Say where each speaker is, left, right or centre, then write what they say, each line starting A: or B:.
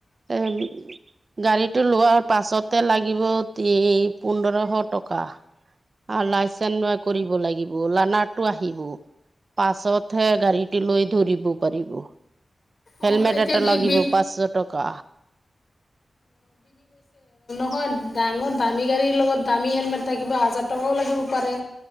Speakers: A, on the right; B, on the left.
A: এ গাড়ীটো লোৱাৰ পাছতে লাগিব পোন্ধৰশ টকা আৰু লাইচেন্ ন কৰিব লাগিব লানাৰটো আহিব পাছতহে গাড়ীটো লৈ ধৰিব পাৰিব হেলমেট
B: অঁ এতিয়া
A: এটা
B: কি
A: লাগিব
B: বি
A: পাঁচশ টকা
B: হয় ডাঙৰ দামী গাড়ীৰ লগত দামী হেলমেট থাকিবা হাজাৰ টকাও লাগিব পাৰে